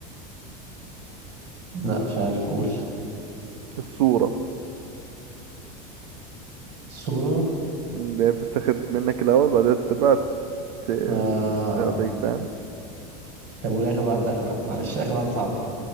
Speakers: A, on the right; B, on the right.
A: لا مش عارف اقول
B: الصورة
A: صوره
B: م، هي بتتاخد منك الأول بعدها تبقى ت- ت-
A: آه...
B: تعطيك فاهم
A: طب والاخر واحد اخر واحد معلش اخر واحده صعبه